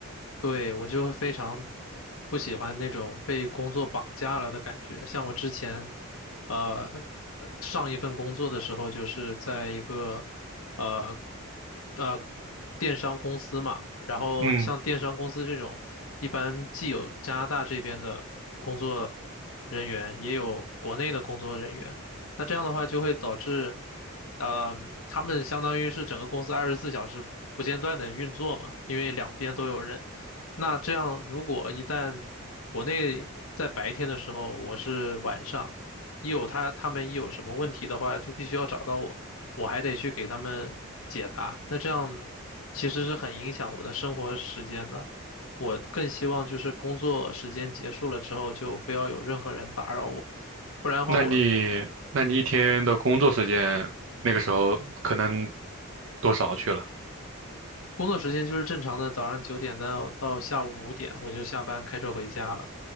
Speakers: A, on the left; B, on the right.
A: 对，我就非常不喜欢那种被工作绑架了的感觉。像我之前，呃，呃上一份工作的时候，就是在一个呃呃电商公司嘛。然后像电商公司这种，
B: 嗯，
A: 一般既有加拿大这边的工作人员，也有国内的工作人员。那这样的话，就会导致，呃，他们相当于是整个公司二十四小时不间断的运作嘛，因为两边都有人。那这样，如果一旦国内在白天的时候，我是晚上，一有他他们一有什么问题的话，就必须要找到我，我还得去给他们解答。那这样其实是很影响我的生活时间的。我更希望就是工作时间结束了之后，就不要有任何人打扰我，不然的话我，
B: 那你那你一天的工作时间那个时候可能
A: 嗯，
B: 多少去了？
A: 工作时间就是正常的早上九点到到下午五点，我就下班开车回家了。